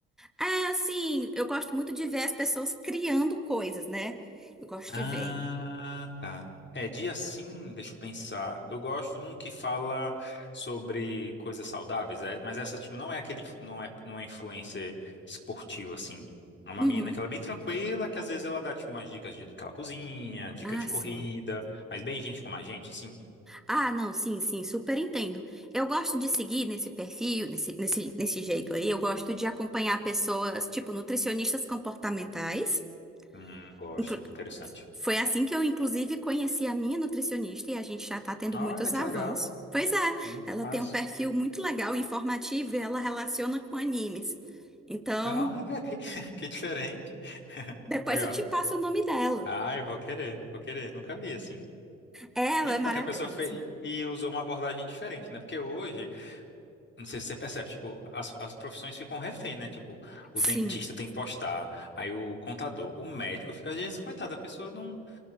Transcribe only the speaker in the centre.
É, assim, eu gosto muito de ver as pessoas criando coisas, né? Eu gosto
de ver.
Uhum.
Ah,
sim.
Ah, não, sim, sim, super entendo. Eu gosto de seguir nesse perfil, nesse, nesse, nesse jeito aí. Eu gosto de acompanhar pessoas, tipo, nutricionistas comportamentais.
Inclu-
Foi assim que eu, inclusive, conheci a minha nutricionista e a gente já tá tendo
muitos
avanços.
Pois é,
ela
tem um perfil muito legal, informativo, e ela relaciona com animes. Então,
depois
eu te passo o nome dela.
Ela
é
maravilhosa.
Sim,